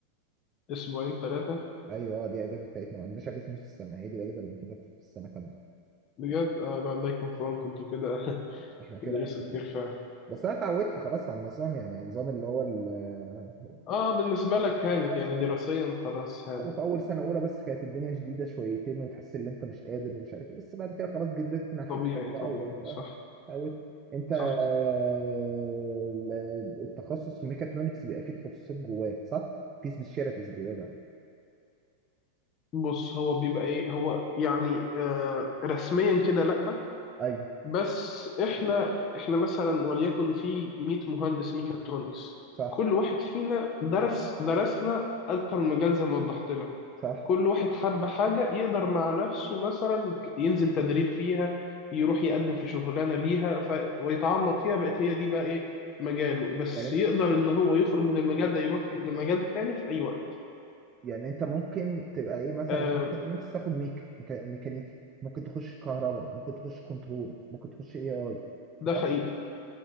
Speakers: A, on the left; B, on the right.
A: اسبوعين ثلاثة
B: أيوه آه، دي الأجازة بتاعتنا ما عندناش أجازة نص السنة هي دي الأجازة اللي بناخدها في السنة كاملة
A: بجد آه لا، الله يكون في عونكم انتوا كده <laughs>
B: إحنا كده
A: تدرسوا كتير فعلا
B: بس أنا اتعودت خلاص على النظام يعني النظام اللي هو ال- آه،
A: اه بالنسبة لك هانت
B: الضغط
A: يعني دراسيا خلاص هانت
B: أو في أول سنة أولى بس كانت الدنيا شديدة شويتين وتحس إن أنت مش قادر ومش عارف إيه، بس بعد كده خلاص جددت ناحيتك
A: طبيعي طبيعي
B: بقى وبقيت أه
A: صح
B: اتعودت أنت
A: صح
B: آه، ال- التخصص في ميكاترونكس بيبقى فيه تخصصات جواه صح؟ في سبيشاليتيز جواه بقى
A: بص هو بيبقى ايه هو يعني آه رسميا كده لا
B: أيوه
A: بس احنا احنا مثلا وليكن في 100 مهندس ميكاترونكس
B: صح
A: كل واحد فينا درس درسنا اكتر من مجال زي ما وضحت لك
B: صح
A: كل واحد حب حاجة يقدر مع نفسه مثلا ينزل تدريب فيها يروح يقدم في شغلانة ليها ف... ويتعمق فيها بقت هي دي بقى إيه مجاله بس
B: يعني
A: يقدر إن هو يخرج من المجال ده يروح لمجال تاني في أي وقت
B: يعني أنت ممكن تبقى إيه مثلا
A: آه
B: في ميكاترونكس تاخد ميكا ميكا- ميكانيكا ممكن تخش كهرباء ممكن تخش كنترول ممكن تخش اي اي
A: ده
B: صح؟
A: حقيقي